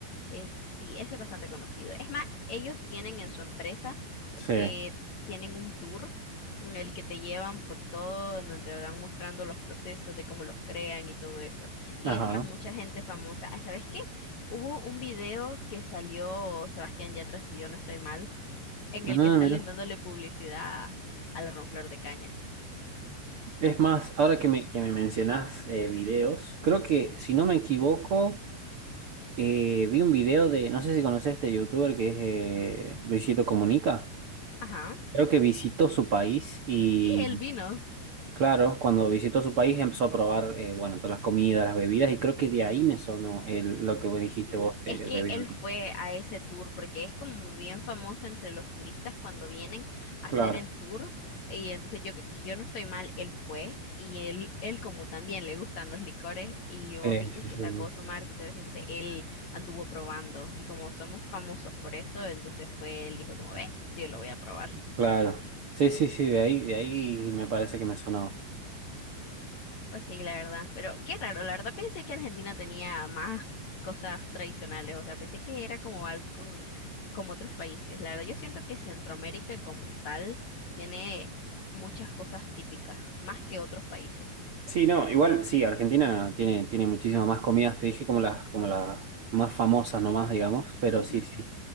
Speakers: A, on the left; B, on the right.
A: Es, sí, ese es bastante conocido. Es más, ellos tienen en su empresa
B: sí.
A: que tienen un tour en el que te llevan por todo, en donde te van mostrando los procesos de cómo los crean y todo eso. Y
B: Ajá.
A: es más, mucha gente famosa. Ah, ¿Sabes qué? Hubo un video que salió Sebastián Yatra, si yo no estoy mal, en
B: Ah,
A: el que salen
B: mira.
A: dándole publicidad a, la Ronflor de Caña.
B: Es más, ahora que me, que me mencionás eh, videos, creo que si no me equivoco, eh, vi un video de, no sé si conocés este youtuber que es eh, Luisito Comunica,
A: Ajá.
B: creo que visitó su país y
A: Sí, él vino.
B: claro, cuando visitó su país empezó a probar, eh, bueno, todas las comidas, las bebidas y creo que de ahí me sonó el, lo que vos dijiste
A: Sí,
B: vos, eh,
A: es que
B: el bebido.
A: él fue a ese tour porque es como bien famoso entre los turistas cuando vienen a hacer
B: Claro,
A: el tour y entonces yo, si yo no estoy mal, él fue y él, él como también le gustan los licores y vos
B: sí,
A: viste
B: sí,
A: que
B: sí,
A: sacó
B: sí,
A: su marca y todo eso, entonces él anduvo probando y como somos famosos por eso, entonces fue, él dijo como ve, yo lo voy a probar.
B: claro. Sí, sí, sí, de ahí, de ahí me parece que me sonaba.
A: Pues sí, la verdad. Pero qué raro, la verdad pensé que Argentina tenía más cosas tradicionales, o sea, pensé que era como algo como otros países. La verdad, yo siento que Centroamérica como tal tiene muchas cosas típicas, más que otros países.
B: Sí, no, igual sí, Argentina tiene, tiene muchísimas más comidas, te dije como las, como las más famosas nomás, digamos, pero
A: Ujú.
B: sí, sí.